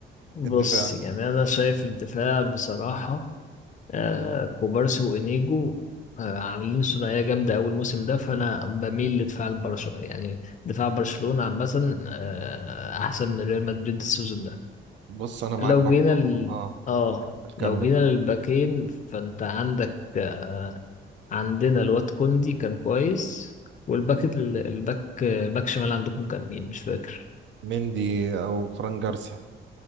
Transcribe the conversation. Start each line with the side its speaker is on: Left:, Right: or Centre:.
Left: بص
Right: الدفاع
Left: يعني انا شايف الدفاع بصراحه آه، كوبارسي وانيجو آه، عاملين ثنائيه جامده اول موسم ده فانا بميل لدفاع البرشا يعني دفاع برشلونه عامه آه، احسن من ريال مدريد السيزون ده
Right: بص انا معاك
Left: لو
Right: برضو
Left: جينا ال...
Right: اه
Left: اه
Right: كمل كمل
Left: لو جينا للباكين فانت عندك آه عندنا الواد كوندي كان كويس والباك ال- الباك باك شمال عندكم كان مين مش فاكر
Right: مندي او فران جارسيا